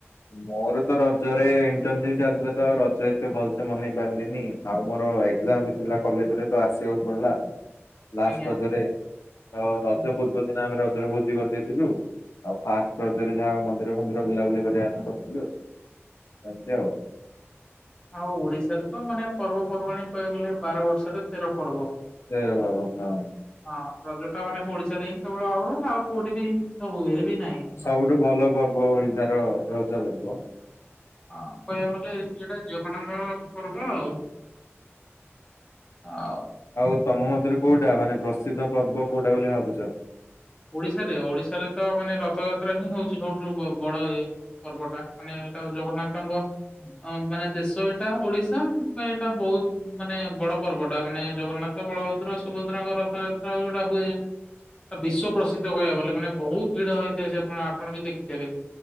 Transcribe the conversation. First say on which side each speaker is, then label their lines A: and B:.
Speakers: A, on the left; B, on the left.
A: ମୋର ତ ରଜରେ ଇଣ୍ଟରନସିପ ଚାଲିଥିଲା। ତ ରଜ ଏତେ ଭଲସେ ମନେଇ ପାରିଲିନି ଆଉ ମୋର ଏଜାମ ବି ଥିଲା କଲେଜରେ ତ ଆସିବାକୁ ପଡିଲା। ଲାଷ୍ଟ
B: ଆଜ୍ଞା
A: ରଜରେ ତ ରଜ
B: ଆଜ୍ଞା
A: ପୂର୍ବ ଦିନ ଆମେ ରଜରେ ଭୋଜି କରିଦେଇଥିଲୁ ଆଉ ଫାଷ୍ଟ ରଜରେ
B: ଆଜ୍ଞା।
A: ଯାହା ମନ୍ଦିର ଫନ୍ଦିର ବୁଲାବୁଲି କରିବା ସେମିତି ଆଉ
B: ଆଉ ଓଡିଶାରେ ତ ମାନେ ପର୍ବପର୍ବାଣୀ କହିବାକୁ ଗଲେ ବାର ବର୍ଷରେ ତେର ପର୍ବ।
A: ସେଇ ବାବା ହଁ <inaudible>
B: ହଁ ରଜ ଟା ମାନେ ଆମ ଓଡିଶାରେ ହିଁ କେବଳ ହୁଏ ନା ଆଉ କୋଉଠି ବି ତ ହୁଏ ବି ନାହିଁ
A: ସବୁଠୁ
B: ମାନେ ହଁ
A: ଭଲ ପର୍ବ ଓଡିଶାର ରଜ ପର୍ବ।
B: ହଁ କହିବାକୁ ଗଲେ ଯଉଟା ଝିଅମାନଙ୍କ ପର୍ବ ଆଉ। ଆଉ
A: ଆଉ ତମ ମତରେ କୋଉଟା ମାନେ ପ୍ରସିଦ୍ଧ ପର୍ବ କୋଉଟା ବୋଲି ଭାବୁଚ।
B: ଓଡିଶାରେ ଓଡିଶାରେ ତ ମାନେ ରଥଯାତ୍ରା ହିଁ ହଉଛି ସବୁଠୁ ବଡ ଇଏ ପର୍ବଟା ମାନେ ଏଇଟା ଜଗନ୍ନାଥଙ୍କ ମାନେ ଦେଶ ଏଇଟା ଓଡିଶା ସେଥିପାଇଁ ଏଇଟା ବହୁ ବହୁତ ମାନେ ବଡ ପର୍ବଟା ମାନେ ଜଗନ୍ନାଥ ବଳଭଦ୍ର ସୁଭଦ୍ରାଙ୍କ ରଥଯାତ୍ରାଉ ଯୋଉଟା ହୁଏ ବିଶ୍ଵ ପ୍ରସିଦ୍ଧ କହିବାକୁ ଗଲେ ମାନେ ବହୁତ ଭିଡ ହେଇଥାଏ ସେପ ଆପଣ ବି ଦେଖିଥିବେ।